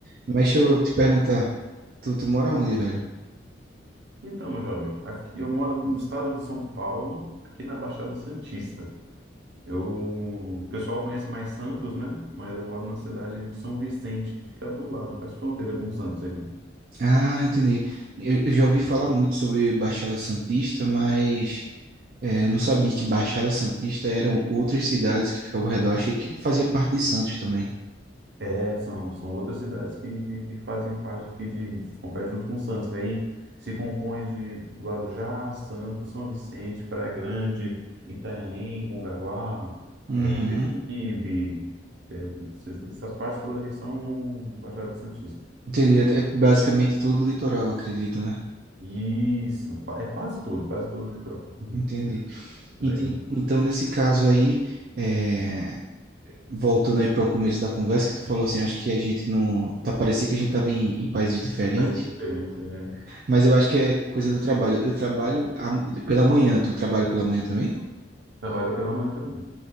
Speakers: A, on the right; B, on the right.
A: Mas deixa eu te perguntar, tu, tu mora onde, velho?
B: Então, meu jovem, aqui eu moro no estado de São Paulo, aqui na Baixada Santista. Eu... O pessoal conhece mais Santos, né? Mas eu moro na cidade de São Vicente, que fica do lado, faz fronteira com Santos aqui.
A: Ah, entendi. Eu, eu já ouvi falar muito sobre Baixada Santista, mas é, não sabia que Baixada Santista eram outras cidades que ficavam ao redor. Achei que fazia parte de Santos também.
B: É, são, são outras cidades que, que, que fazem parte aqui de, ficam perto junto com Santos, que aí se compõe de Guarujá, Santos, São Vicente, Praia Grande, Itanhaém, Mongaguá,
A: Uhum.
B: é, Peruíbe, é, esses- essas partes todas aí são Baixada Santista.
A: Entendi. É basicamente tudo litoral, acredito, né?
B: Isso, qua- é quase tudo, quase todo o litoral. <laughs>
A: Entendi.
B: Por
A: Ent-
B: aí,
A: ent- Então, nesse caso aí, é, voltando aí para o começo da conversa, que tu falou assim, acho que a gente não. Tá, parecia que a gente tava em, em países diferentes,
B: Faz diferença, é.
A: mas eu acho que é coisa do trabalho. Eu trabalho a- pela manhã, tu trabalha pela manhã também?
B: Trabalho pela manhã também.